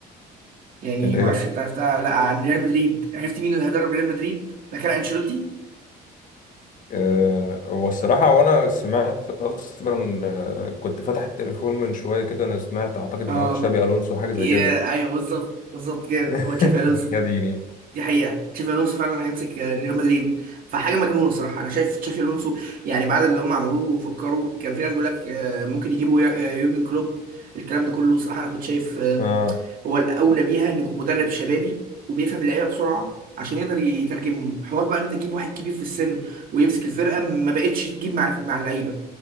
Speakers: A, on the right; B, on the left.
A: يعني
B: اللي
A: ما
B: هي
A: اعرفش انت عرفتها ولا لا عن ريال مدريد عرفت مين اللي هيدرب ريال مدريد مكان انشيلوتي
B: آه، هو الصراحة وأنا سمعت أصلا آه، كنت فاتح التليفون من شوية كده أنا سمعت أعتقد
A: اه
B: إن هو تشابي ألونسو حاجة زي
A: إيه
B: كده
A: ايوه بالظبط بالظبط جامد
B: <laughs>
A: هو تشافي الونسو
B: يا ديني
A: دي حقيقة تشافي الونسو فعلا هيمسك ريال مدريد فحاجة مجنونة الصراحة أنا شايف تشافي الونسو يعني بعد اللي هم عملوه فكروا كان في ناس بيقول لك آه، ممكن يجيبوا يا- آه، يورجن كلوب الكلام ده كله صراحة أنا كنت شايف آه،
B: آه
A: هو الأولى بيها إن يكون مدرب شبابي وبيفهم اللعيبة بسرعة عشان يقدر يترجمهم حوار بقى إن أنت تجيب واحد كبير في السن ويمسك الفرقة ما بقتش تجيب مع مع اللعيبة